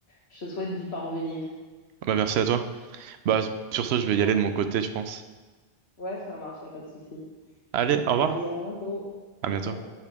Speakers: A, on the left; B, on the right.
A: je te souhaite d'y parvenir.
B: Bah, merci à toi. Bah, sur ce,
A: Je
B: je vais y
A: t'en
B: aller
A: prie.
B: de mon côté, je pense.
A: Ouais, ça marche, y a pas de souci.
B: Allez, au
A: Allez,
B: revoir.
A: à bientôt.
B: À
A: Ciao,
B: bientôt.
A: ciao.